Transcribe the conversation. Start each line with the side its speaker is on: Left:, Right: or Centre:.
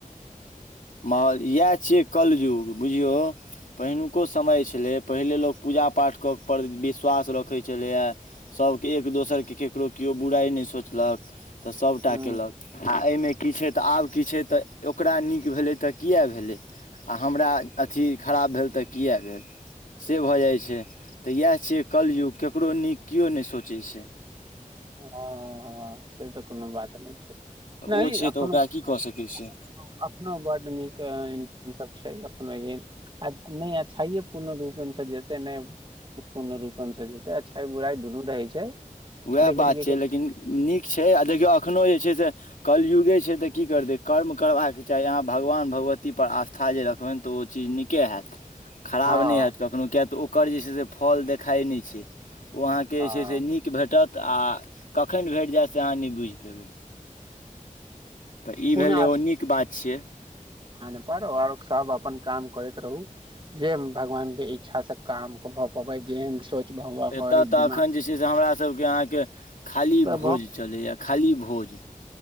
Left: मह इएह छियै कलयुग बुझियौ पहिलुको समय छलै पहिले लोग पूजा पाठ कऽ पर विश्वास रखै छलै ये सब के एक दोसर के केकरो केओ केओ बुराइ नहि सोचलक तऽ सभटा
Right: हूँ
Left: कयेलक आ एहिमे की छै तऽ आब की छै तऽ ओकरा नीक भेलै तऽ किए भेलै आ हमरा अथि खराब भेल तऽ किए भेल से भऽ जाइत छै तऽ इएह छियै कलियुग ककरो नीक केओ नहि सोचै छै
Right: हँ हँ से तऽ कोनो बात नहि छै
Left: तऽ
Right: नहि
Left: ओ छै
Right: एखनो
Left: तऽ ओकरा की कऽ सकै छियै
Right: बड नीक छै कखनो य नहि अच्छाइए पूर्ण रूपेणसँ जेतै नहि पूर्ण रूपणसँ जेतै अच्छाइ बुराइ दुनू रहै छै
Left: उएह
Right: लेकिन
Left: बात
Right: की
Left: छैिय
Right: कहै
Left: लेकिन नीक छै आ देखियौ एखनो जे छै से कलयुगे छै तऽ की करतै कर्म करबाक चाही यहाँ भगवान भगवती पर आस्था जे रखबै तऽ ओ चीज नीके हेत खराब
Right: हँ
Left: नहि हैत कखनहु किएक तऽ ओकर जे छै से फल देखाइ नहि छै ओ अहाँके
Right: हँ
Left: जे छै से नीक भेटत आ कखन भेट जायत से अहाँ नहि बुझि पयबै तऽ ई
Right: पूर्ण
Left: भेलै
Right: आस
Left: ओ नीक बात छियै
Right: पर आओर सब अपन काम करैत रहू जे भगवान के इच्छा से काम कर ह प भइ जेन सोच भऽ
Left: एतय
Right: पबै
Left: तऽ
Right: दिमाग
Left: एखन जे छै से हमरा सभके अहाँके खाली
Right: तऽ
Left: भोज
Right: भऽ
Left: चलैए खाली भोज